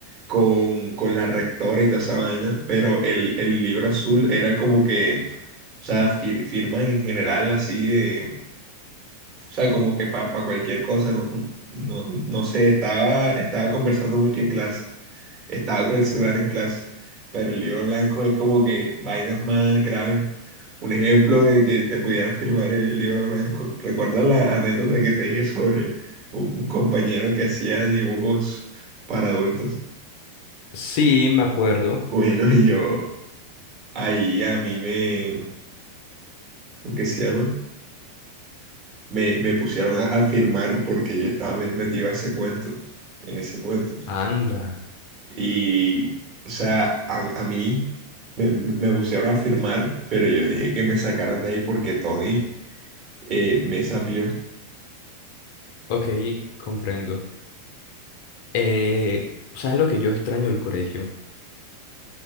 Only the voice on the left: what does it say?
Sí, me acuerdo.
Anda.
Ok, comprendo. Eh, ¿sabes lo que yo extraño del colegio?